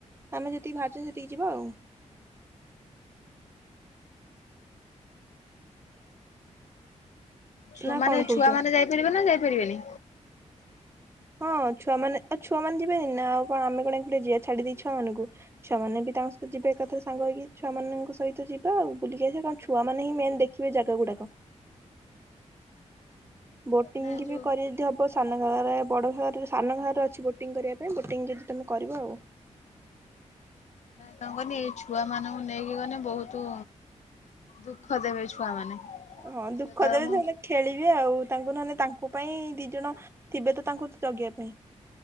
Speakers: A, on the right; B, on the left.
A: ଆମେ ଯେତିକି ବାହାରୁଛ ସେତିକି ଯିବା ଆଉ। <inaudible>
B: ଛୁଆ
A: ନା
B: ମାନେ
A: କଣ କହୁଛ
B: ଛୁଆ ମାନେ ଯାଇପାରିବେ ନା ଯାଇପାରିବେନି।
A: ହଁ ଛୁଆମାନେ ଆଉ ଛୁଆ ମାନ ଯିବେନି ନା ଆଉ କଣ ଆମେ କଣ ଗୋଟେ ଯିବା। ଛାଡିଦେଇ ଛୁଆମାନାନଙ୍କୁ ଛୁଆମାନେେ ବି ତାଙ୍କ ସହିତ ଯିବେ ଏକଥା ସାଙ୍ଗ ହେଇକି ଛୁଆମାନାନଙ୍କ ସହିତ ଯିବା। ଆଉ ବୁଲିକି ଆସିବା କଣ ଛୁଆ ମ ହିଁ ମେନ୍ ଦେଖିବେ ଜାଗା ଗୁଡାକ। ବୋଟିଂ
B: ନା ଏ ଯୋଉ
A: ବି କରି ଯଦି ହବ ସାନ ଘାଗରା ବଡ ଘଗରା ସାନ ଘାଗରାରେ ଅଛି ବୋଟିଂ କରିବା ପାଇଁ। ବୋଟିଂ ଯଦି ତମେ କରିବ ଆଉ।
B: କଣ କନି ଏଇ ଛୁଆ ମାନଙ୍କୁ ନେଇକି ଗଲେ। ବହୁତ ଦୁଃଖ ଦେବେ ଛୁଆ ମାନେ
A: ହଁ
B: ସିଏ
A: ଦୁଃଖ
B: କହିବେ
A: ଦେବ
B: ମୁଁ
A: ସେମାନେ ଖେଳିବେ ଆଉ ତାଙ୍କ ନହଲେ ତାଙ୍କ ପାଇଁ ଦି ଜଣ ଥିବେ ତ ତାଙ୍କୁ ଜଗିବାଇ ପାଇଁ।